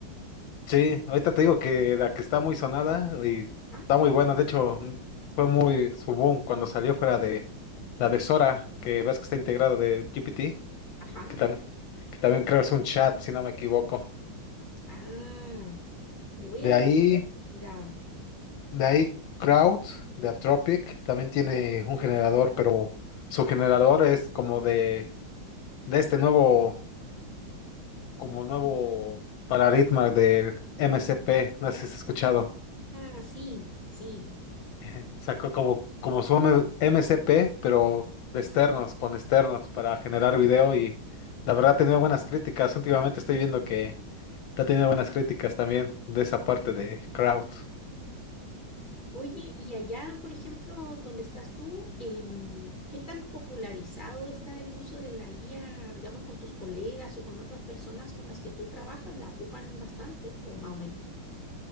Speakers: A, on the left (about 75°); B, on the left (about 35°).
A: sí, ahorita te digo que la que está muy sonada y
B: Ajá,
A: está muy buena, de hecho, mm, fue muy su boom cuando salió fuera de la de Sora, que ves que está integrada de GPT.
B: ajá.
A: que también, que también creo es un chat, si no me equivoco.
B: Ah, le voy
A: De
B: a dar
A: ahí,
B: una mirada.
A: de ahí crowd de Atropic, también tiene un generador, pero su generador es como de, de este nuevo, como nuevo paradigma del MCP, no sé si has escuchado.
B: Ah, sí, sí.
A: <laughs> Sacó como, como su M- MCP, pero de externos, con externos, para generar
B: Ah,
A: video y la verdad ha tenido buenas críticas. Últimamente estoy viendo que ha tenido buenas críticas también de esa parte de crowd
B: oye, y allá, por ejemplo, donde estás tú, em, ¿qué tan popularizado está el uso de la IA, digamos, con tus colegas o con otras personas con las que tú trabajas? ¿La ocupan bastante o más o menos?